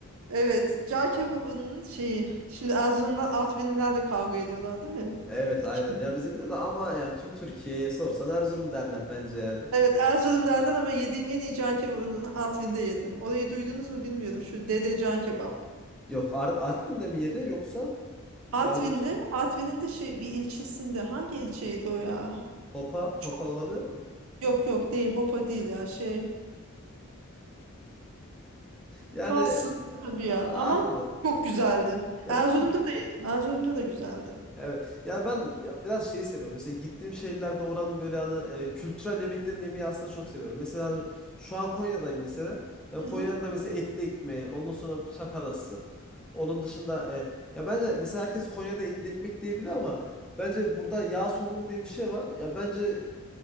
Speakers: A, on the right; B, in the centre.
A: Evet, cağ kebabının şeyi. Şimdi Erzurum'dan Artvinliler de kavga ediyorlar değil mi?
B: Evet aynen.
A: Kim?
B: Ya bizim de ama yani tüm Türkiye'ye sorsan Erzurum derler bence yani.
A: Evet, Erzurum'dan ama yediğim en iyi cağ kebabını Artvin'de yedim. Orayı duydunuz mu bilmiyorum. Şu Dede Cağ Kebap.
B: Yok Ar Artvin'de mi yeri yoksa
A: Artvin'de,
B: daha önce işte
A: Artvin'in de şey bir ilçesinde. Hangi ilçeydi o ya?
B: Hopa
A: Çok
B: Hopa olabilir mi?
A: yok yok değil, Hopa değil ya şey.
B: Yani
A: Ta sınırlı bir
B: a-
A: yer ama
B: anladım.
A: çok güzeldi.
B: Ya
A: Erzurum'da
B: bilmiyorum.
A: da yedim. Erzurum'da da güzeldi.
B: Evet. Ya ben ya biraz şeyi seviyorum. Mesela gittiğim şehirlerde oranın böyle hani e, kültürel yemeklerini yemeyi aslında çok seviyorum. Mesela şu an Konya'dayım mesela. Ya
A: Hı
B: Konya'nın
A: hı.
B: da mesela etli ekmeği, ondan sonra bıçak arası. Onun dışında e, ya bence mesela herkes Konya'da etli ekmek diyebiliyor ama bence burada yağ somunu diye bir şey var. Ya bence